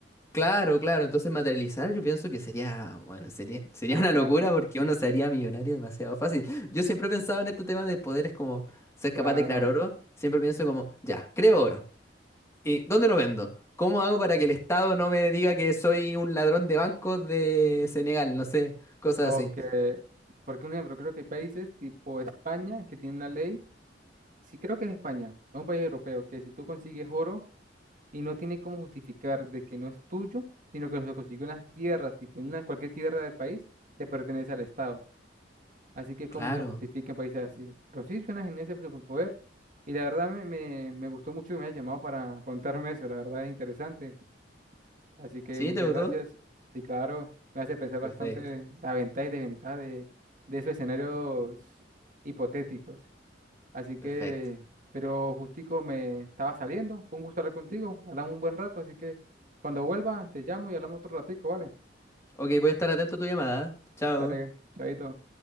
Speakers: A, on the left (about 15°); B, on the right (about 45°).
A: Claro, claro. Entonces materializar yo pienso que sería, bueno, sería, sería
B: Ah,
A: una
B: claro,
A: locura porque uno se haría millonario demasiado fácil. Yo siempre he pensado en este tema de poderes como ser
B: claro.
A: capaz de crear oro. Siempre pienso como, ya, creo oro. ¿Y dónde lo vendo? ¿Cómo hago para que el Estado no me diga que soy un ladrón de bancos de Senegal? No sé, cosas
B: O
A: así.
B: que, porque un ejemplo, creo que hay países tipo España que tiene una ley, sí creo que es España, es un país europeo, que si tú consigues oro y no tiene cómo justificar de que no es tuyo, sino que se consiguió en las tierras, tipo en una, cualquier tierra del país, te pertenece al Estado. Así que cómo
A: Claro.
B: se justifica en países así. Pero sí, suena genial ese superpoder. Y la verdad me, me, me gustó mucho que me hayas llamado para contarme eso. La verdad es interesante. Así que
A: ¿Sí?
B: muchas
A: ¿Te gustó?
B: gracias. Sí, claro, me hace pensar bastante
A: Perfecto,
B: las ventajas y desventajas de, de esos escenarios hipotéticos. Así que,
A: perfecto.
B: pero justico me estaba saliendo. Fue un gusto hablar contigo. Hablamos un buen rato. Así que cuando vuelva, te llamo y hablamos otro ratico, ¿vale?
A: Ok, voy a estar atento a tu llamada. Chao.
B: Dale, chavito.